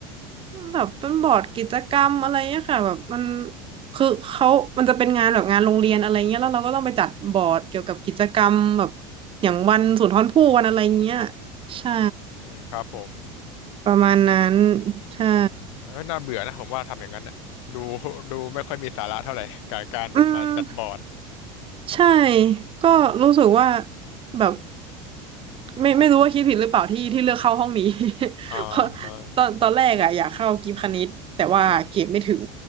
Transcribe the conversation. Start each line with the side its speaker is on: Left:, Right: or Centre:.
Right: มันแบบเป็นบอร์ดกิจกรรมอะไรเงี้ยค่ะแบบมันคือเขามันจะเป็นงานแบบงานโรงเรียนอะไรเงี้ยแล้วเราก็ต้องไปจัดบอร์ดเกี่ยวกับกิจกรรมแบบอย่างวันสุนทรภู่วันอะไรเงี้ยใช่
Left: อืมครับผม
Right: ประมาณนั้นใช่
Left: อ๋อเอ้ยน่าเบื่อนะผมว่าทำอย่างนั้นน่ะดูดูไม่ค่อยมีสาระเท่าไหร่กับการแบบมาจัดบอร์ด
Right: อืมใช่ก็รู้สึกว่าแบบไม่ไม่รู้ว่าคิดผิดหรือเปล่าที่ที่เลือกเข้าห้องนี้ <laughs>
Left: อ่า
Right: เพราะตอนตอนแรกอะอยากเข้ากีฬาคณิตแต่ว่าเกรดไม่ถึง
Left: อืมอืม